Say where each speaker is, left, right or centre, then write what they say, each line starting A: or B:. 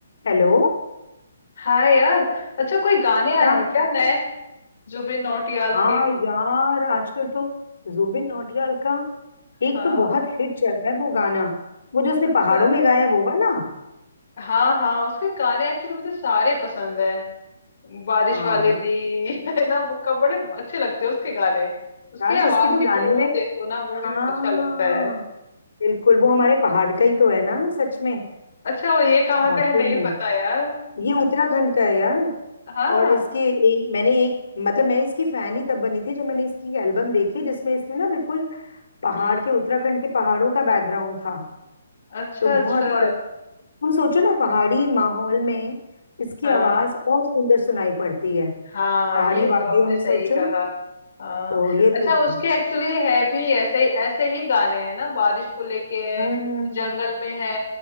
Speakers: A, on the left (about 70°); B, on the left (about 45°).
A: Hello
B: हाय यार अच्छा कोई गाने आए
A: क्या
B: हैं क्या नए जुबिन नौटियाल
A: हाँ
B: के
A: यार आजकल तो जुबिन नौटियाल का एक
B: हाँ
A: तो बहुत हिट चल रहा है वो गाना वो जो उसने
B: अच्छा
A: पहाड़ों में गाया है वो वाला
B: हाँ हाँ उसके गाने एक्चुअली मुझे सारे पसंद है बारिश
A: हाँ
B: वाले भी <laughs> है ना वो कब बड़े अच्छे लगते हैं उसके गाने उसकी
A: यार
B: आवाज
A: उसके तो
B: की
A: गाने
B: टोन
A: में
B: देखो ना वो भी
A: हाँ
B: अच्छा लगता है
A: बिल्कुल वो हमारे पहाड़ का ही तो है ना सच में
B: अच्छा और ये कहाँ
A: वाकई
B: का है नहीं
A: में
B: पता यार
A: ये उत्तराखंड का है यार
B: हाँ
A: और इसके एक मैंने एक मतलब मैं इसकी फैन ही तब बनी थी जब मैंने इसकी एल्बम देखी जिसमें इसने ना बिल्कुल पहाड़
B: हम्म
A: के उत्तराखंड के पहाड़ों का बैकग्राउंड था
B: अच्छा
A: तो बहुत
B: अच्छा
A: और तुम सोचो ना पहाड़ी माहौल में इसकी
B: हाँ
A: आवाज और सुंदर सुनाई पड़ती है
B: हाँ
A: पहाड़ी
B: ये
A: वादियों
B: तो आपने
A: में
B: सही
A: सोचो
B: कहा हाँ
A: तो ये
B: अच्छा
A: तो
B: उसके
A: है
B: एक्चुअली है भी ऐसे ऐसे ही गाने हैं ना बारिश को लेके है
A: हम्म
B: तो जंगल में है